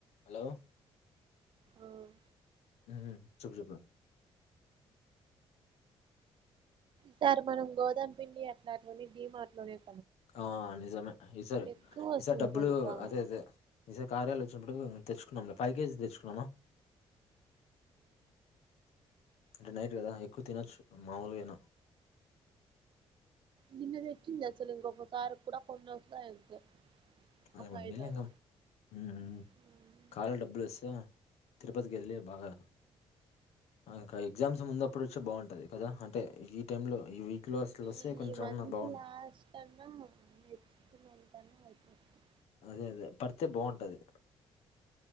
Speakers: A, on the left (about 80°); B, on the right (about 50°).
A: Hello.
B: ఆహ్.
A: ఉమ్ చెప్పు చెప్పుండి.
B: సార్ మనం గోదామ్పిండి అట్లా అట్లనే డీమాట్లోనే తే.
A: ఆహ్ నిజమే ఈ సార్
B: ఎక్కువ వస్తుంది
A: ఈసారి డబ్బులు
B: తెలుసా
A: అదే
B: ఉమ్.
A: అదే ఈసారి కార్యాలో వచ్చినప్పుడు. తెచ్చుకుందాంలే ఫైవ్ కేజీస్ తెచ్చుకుందామా. అంటే నైట్ కదా ఎక్కువ తినొచ్చు మామూలుగైనా.
B: నిన్నదెచ్చిందసలు ఇంకొకసారికి కూడ కొన్ని <unintelligible>
A: అదే
B: ఒక ఐదారు
A: <unintelligible> ఉమ్ ఉమ్
B: ఉమ్.
A: కార్య లో డబ్బులు వస్తాయా. తిరుపతికెళ్లి బాగా. ఆహ్ ఇంకా ఎగ్జామ్స్ ముందుప్పుడు వచ్చే బాగుంటది కదా అంటే ఈ టైమ్ లో ఈ వీక్. లో అసలు వస్తే
B: ఉమ్
A: కొంచెం
B: ఈ మంతు
A: అన్నా బాగుంటది
B: లాస్ట్ అన్నా నెక్స్ట్ మంతన్న అయిపొతది.
A: అదే అదే పడితే బాగుంటది.